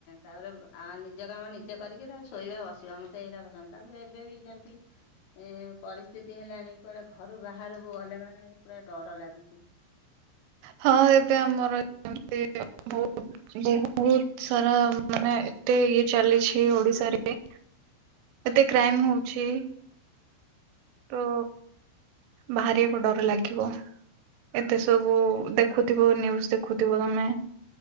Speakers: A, on the left (about 80°); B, on the right (about 85°).
A: ତାପରେ ଆଉ ନିଜ କାମ ନିଜେ କରିକି ତାକୁ ଶୋଇବା ବସିବା। ମତେ ଏଇଟା ପସନ୍ଦ। ତାପରେ ଏବେ ବି ଯେମିତି ଏ ପରିସ୍ଥିତି ହେଲାଣି। କୁଆଡେ ଘରୁ ବାହାରକୁ ଗଲେ ମାନେ ପୁରା ଡର ଲାଗୁଛି।
B: ହଁ ଏବେ ଆମର ଏମିତି ବହୁତ ବହୁତ ସାରା, ମାନେ ଏତେ ଇଏ ଚାଲିଛି ଓଡ଼ିଶାରେ ଏତେ କ୍ରାଇମ ହଉଛି। ତ ବାହାରିବାକୁ ଡର ଲାଗିବ। ଏତେ ସବୁ ଦେଖୁଥିବ, ନିୟୁଜ ଦେଖୁଥିବ ତମେ?